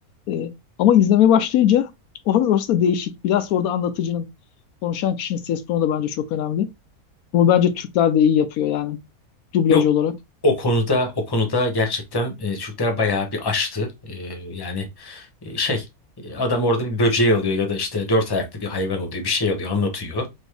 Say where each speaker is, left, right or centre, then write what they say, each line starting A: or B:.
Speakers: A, on the left; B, on the left.
A: E, ama izlemeye başlayınca or- orası da değişik. Biraz orada anlatıcının, konuşan kişinin ses tonu da bence çok önemli. Bunu bence Türkler de iyi yapıyor yani dublaj
B: Yok
A: olarak.
B: O konuda o konuda gerçekten e, Türkler bayağı bir aştı. E, yani e, şey e, adam orada bir böceği alıyor ya da işte dört ayaklı bir hayvan oluyor bir şey alıyor anlatıyor.